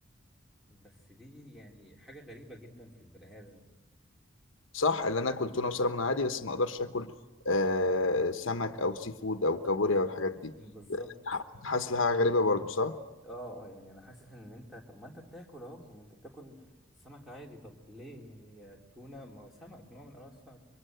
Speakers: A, in the centre; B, on the left (about 75°).
A: بس دي يعني حاجة غريبة جدا في البني آدم
B: صح اللي انا اكل تونه وسلمون عادي بس ما اقدرش اكل آه سمك او سي فود او كابوريا والحاجات دي
A: بالظبط
B: حاسس لها غريبه برضو صح
A: اه اه يعني انا حاسس ان انت طب ما انت بتاكل اهو ما انت بتاكل سمك عادي طب ليه يعني التونة ما هو سمك نوع من أنواع السمك